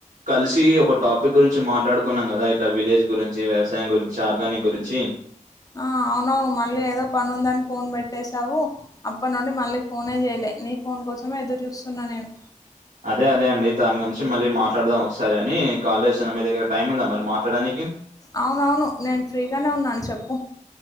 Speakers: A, on the right; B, on the left.
A: కలిసి ఒక టాపిక్ గురించి మాట్లాడు కున్నాం కదా ఇట్లా విలేజ్ గురించి వ్యవసాయం గురించి ఆర్గానిక్ గురించి
B: ఆ అవునవును మళ్ళీ ఏదో పని ఉందని ఫోన్ పెట్టేసావు అప్పటి నుండి మళ్ళీ ఫోనే చేయలే నీ ఫోన్ ని కోసమే ఎదురు చూస్తున్నా నేను
A: అదే అదే అండి దాని గురించి మళ్ళీ మాట్లాడదాం ఒకసారి అని కాల్ చేసాను మీ దగ్గర టైం ఉందా మరి మాట్లాడానికి
B: అవునవును నేను ఫ్రీగానే ఉన్నాను చెప్పు